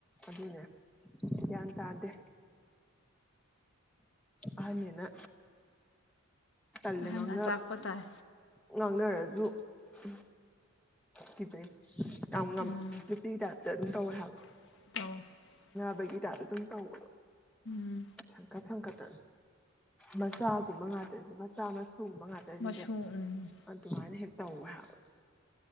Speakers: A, in the centre; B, on the left.
A: ꯑꯗꯨꯅꯦ ꯒ꯭ꯌꯥꯟ ꯇꯥꯗꯦ ꯑꯍꯟꯅꯦꯅ ꯇꯜꯂꯦ
B: ꯑꯍꯟ
A: ꯉꯥꯡꯅ
B: ꯑꯆꯥꯛꯄ ꯇꯥꯏ
A: ꯉꯥꯡꯅꯔꯖꯨ ꯎꯝ ꯀꯤꯖꯩ ꯌꯥꯝ ꯉꯝ
B: ꯎꯝ
A: ꯅꯨꯄꯤ ꯇꯥꯌꯞꯇꯥ ꯗꯨꯝ ꯇꯧꯌꯦ ꯍꯥꯏꯕ
B: <inaudible>
A: ꯕꯒꯤ ꯇꯌꯞꯇ ꯗꯨꯝ ꯇꯧꯕꯗꯣ
B: ꯎꯝ
A: ꯁꯪꯀꯠ ꯁꯪꯀꯠ ꯇ ꯃꯆꯥꯒꯨꯝꯕ ꯉꯥꯛꯇꯖꯦ ꯃꯆꯥ ꯃ ꯇꯨ ꯒꯨꯝꯕ ꯉꯥꯗꯖꯤꯗ
B: ꯃꯁꯨ ꯎꯝ
A: ꯑꯗꯨꯃꯥꯏꯅ ꯍꯦꯛ ꯇꯧꯌꯦ ꯍꯥꯏꯕ